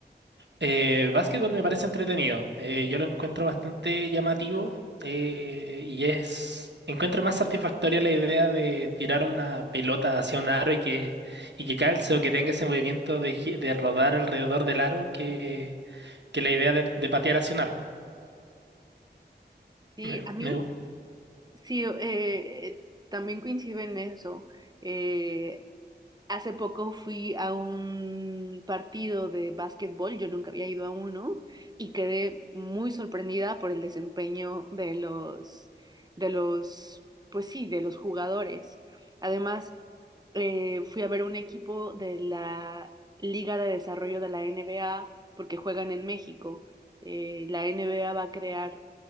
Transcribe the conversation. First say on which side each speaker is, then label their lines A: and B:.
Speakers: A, on the right (about 80°); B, on the right (about 20°).
A: Eh, básquetbol me parece entretenido. Eh, yo lo encuentro bastante llamativo eh, y es. Encuentro más satisfactoria la idea de tirar una pelota hacia un aro y que, y que calce o que tenga ese movimiento de, gi- de rodar alrededor del aro que, que la idea de, de patear hacia un arco.
B: Sí,
A: Me-
B: a mí
A: me gusta.
B: sí, eh, también coincido en eso. Eh, Hace poco fui a un partido de básquetbol, yo nunca había ido a uno y quedé muy sorprendida por el desempeño de los, de los, pues sí, de los jugadores. Además, eh, fui a ver un equipo de la Liga de Desarrollo de la NBA porque juegan en México. Eh, la NBA va a crear